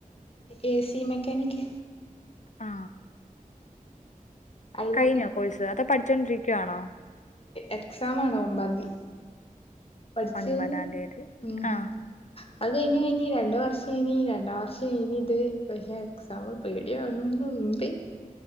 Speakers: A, on the left; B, on the left.
A: ഏസി മെക്കാനിക്
B: ആ
A: അയിലാ
B: കഴിഞ്ഞോ കോഴ്സ് അതോ പഠിച്ചുകൊണ്ടിരിക്കവാണോ?
A: എക്സാ ആണ് ഒമ്പതിതി പഠിച്ച്
B: ഒൻപതാം
A: കയ്ഞ്
B: തീയതി
A: ഉം
B: ആഹ്
A: <unintelligible> അത് കഴിഞ്ഞ് കഴിഞ്ഞ് രണ്ട് വർഷം ഇനി രണ്ട വർഷം ഇനി ഇത് പക്ഷേ എക്സാംമ പേടിയന്നുണ്ട്